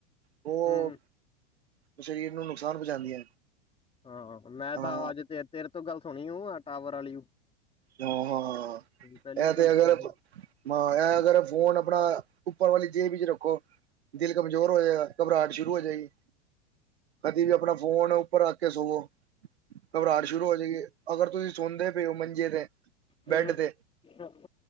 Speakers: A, on the right (about 80°); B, on the left (about 15°).
A: ਉਹ
B: ਹੂੰ
A: ਸ਼ਰੀਰ ਨੂੰ ਨੁਕਸਾਨ ਪਹੁੰਚਾਉਂਦੀਆਂ
B: ਹਾਂ, ਮੈਂ
A: ਹਾਂ
B: ਤਾਂ ਅੱਜ ਤੇ ਤੇਰੇ ਤੋਂ ਗੱਲ ਸੁਣੀ ਊ, ਟਾਵਰ ਵਾਲੀ
A: ਹਾਂ, ਹਾਂ
B: ਪਹਿਲੀ
A: ਇਹ ਤੇ
B: ਗੱਲ ਸੁਣੀ
A: ਅਗਰ
B: ਹੂੰ
A: ਮੈ ਅਗਰ ਫੋਨ ਆਪਣਾ, ਉੱਪਰ ਵਾਲੀ ਜੇਬ 'ਚ ਰੱਖੋ ਦਿਲ ਕਮਜ਼ੋਰ ਹੋ ਜਾਏਗਾ, ਘਬਰਾਹਟ ਸ਼ੁਰੂ ਹੋ ਜਾਏਗੀ। ਕਦੀ ਵੀ ਆਪਣਾ ਫੋਨ, ਉੱਪਰ ਰੱਖ ਕੇ ਸੋਵੋ ਘਬਰਾਟ ਸ਼ੁਰੂ ਹੋ ਜਾਏਗੀ, ਅਗਰ ਤੁਸੀਂ ਸੌਦੇ ਪਏ ਹੋ ਮੰਜੇ ਤੇ ਬੈਡ
B: ਹੂੰ
A: ਤੇ,
B: ਹੂੰ